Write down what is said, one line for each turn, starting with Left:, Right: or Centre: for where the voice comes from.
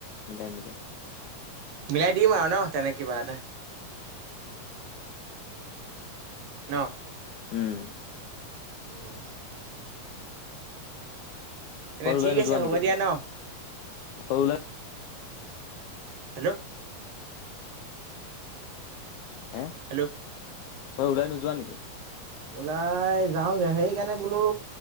Left: মিলাই মেলি
Right: মিলাই দিম আৰু ন, তেনে কিবা এটা। ন।
Left: উম।
Right: <inaudible> এ
Left: ক'ত ওলাই
Right: ঠিক
Left: নোযোৱা
Right: আছে, হ'ব
Left: নেকি তুমি?
Right: দিয়া ন,
Left: ক'ত ওলাই
Right: হেল্ল।
Left: হা?
Right: হেল্ল।
Left: হয়, ওলাই নোযোৱা নেকি?
Right: ওলাই যাওঁগে, সেইকাৰণে বোলো